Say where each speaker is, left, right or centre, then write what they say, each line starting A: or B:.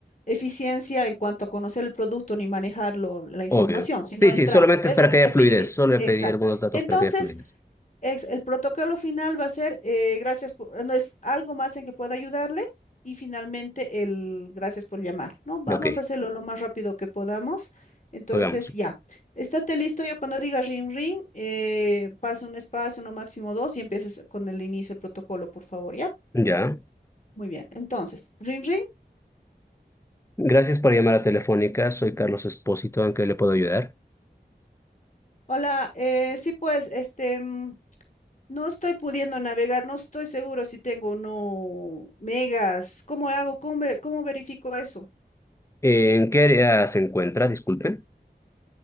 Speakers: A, on the left (about 45°); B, on the left (about 15°).
A: eficiencia en cuanto a conocer el producto ni manejarlo, la información,
B: Obvio.
A: sino
B: Sí,
A: el
B: sí,
A: trato.
B: solamente
A: Es
B: es para
A: lo que
B: que
A: te
B: haya fluidez.
A: pido. ini-
B: Solo le
A: Exacto.
B: pedí algunos datos
A: Entonces,
B: para que haya fluidez.
A: Ex- el protocolo final va a ser eh, gracias por, eh, no es algo más en que pueda ayudarle y finalmente el gracias por llamar, ¿no? Vamos
B: De Ok,
A: a hacerlo lo más rápido que podamos. Entonces,
B: hagamos.
A: ya, estate listo. Yo cuando diga ring ring, eh, pase un espacio, no máximo dos y empieces con el inicio del protocolo, por favor, ¿ya?
B: Ya.
A: Muy bien. Entonces, ring ring.
B: Gracias por llamar a Telefónica. Soy Carlos Espósito. ¿En qué le puedo ayudar?
A: Hola, eh, sí, pues, este, mm, no estoy pudiendo navegar, no estoy seguro si tengo o no megas. ¿Cómo hago? ¿Cómo, ve- cómo verifico eso?
B: ¿En qué área se encuentra? Disculpe.